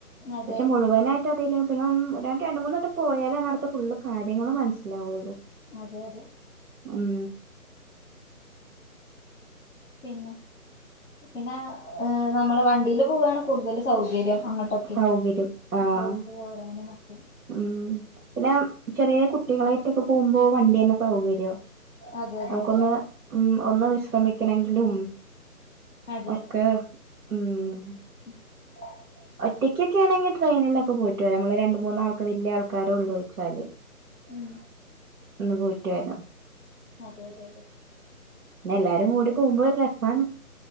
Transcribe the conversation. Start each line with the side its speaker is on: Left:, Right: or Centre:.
Left: അതെ
Right: പക്ഷെ മുഴുവനായി <unintelligible> പിന്നെ രണ്ട് മൂന്നട്ടം പോയാലാണ് അവ്ട്ത്തെ ഫുള് കാര്യങ്ങളും മനസ്സിലാവുള്ളൂ
Left: അതെ അതെ
Right: ഉം
Left: പിന്നെ പിന്നെ ഏഹ് നമ്മള് വണ്ടീല് പോവാണ് കൂടുതൽ സൗകര്യം അങ്ങ് ക്കെ
Right: സൗകര്യം ആഹ്
Left: പോയിട്ട് പോരാനൊക്കെ
Right: ഉം പിന്നെ ചെറിയ കുട്ടികളേറ്റൊക്കെ പോവുമ്പോ വണ്ടി തന്നെ സൗകര്യോ
Left: അതെ അതെ
Right: നമുക്കൊന്ന്
Left: അതെ
Right: ഉം ഒന്ന് വിശ്രമിക്ക വിശ്രമിക്കണെങ്കിലും
Left: അതെ
Right: ഒക്കെ ഉം.
Left: <inaudible>
Right: ഒറ്റക്കൊക്കെണെങ്കില് ട്രെയിനിലൊക്കെ പോയിട്ട് വെരാം. ന്നമ്മള് രണ്ട് മൂന്നാൾക്ക് വല്യേ ആൾക്കാരോള്ളൂച്ചാല്.
Left: ഉം.
Right: ഒന്ന് പോയൂറ്റ് വെരാം.
Left: അതെ അതെ അതെ.
Right: പിന്നെ എല്ലാരും കൂടി പോക്മ്പോ ഒരു രസാണ്.